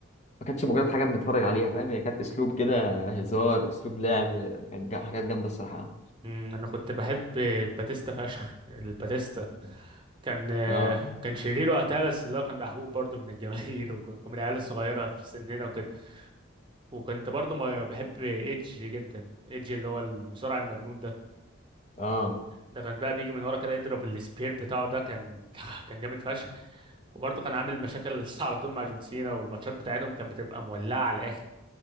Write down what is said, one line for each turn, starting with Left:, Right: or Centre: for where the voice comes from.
Left: ما كانتش مجرد حاجه بنتفرج عليها فاهم هي كانت اسلوب كده هزار اسلوب لعب كانت جا- حاجات جامده الصراحه قوي
Right: مم، انا كنت بحب باتيستا فشخ الباتيستا كان آه،
Left: اه
Right: كان شرير وقتها بس اللي هو كان محبوب برضه من الجماهير <laughs> وك- ومن العيال الصغيره في سننا وكده وكنت برضه ما بحب ايدج جدا ايدج اللي هو المصارع المجنون ده
Left: اه
Right: ده كان بقى بيجي من ورا كده يضرب السبير بتاعه ده كان <laughs> كان جامد فشخ وبرضه كان عامل مشاكل <laughs> على طول مع جون سينا والماتشات بتاعتهم كانت بتبقى مولعة على الآخر